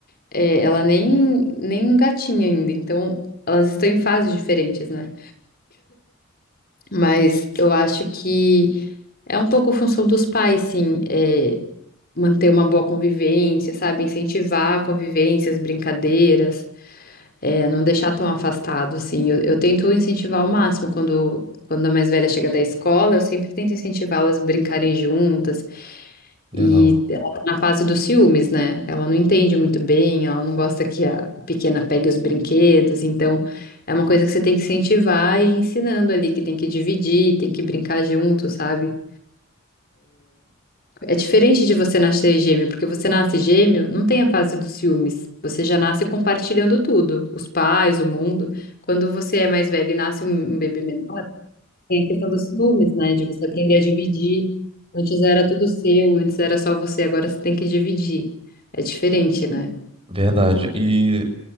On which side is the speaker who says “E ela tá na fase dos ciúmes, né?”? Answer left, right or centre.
Left